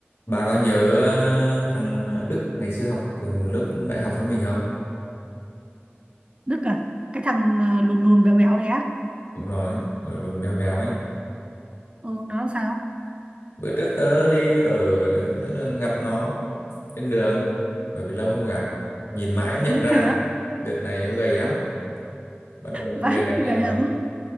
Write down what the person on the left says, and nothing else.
Bà có nhớ ờ, thằng ờ, Đức ngày xưa học cùng lớp đại học với mình không?
Đúng rồi, lùn lùn béo béo ấy.
Bữa trước tớ đi ở giữa đường gặp nó trên đường bởi vì lâu không gặp, nhìn mãi mới
nhận ra
đợt này nó gầy lắm, bắt đầu là
người đẹp đấy
rồi.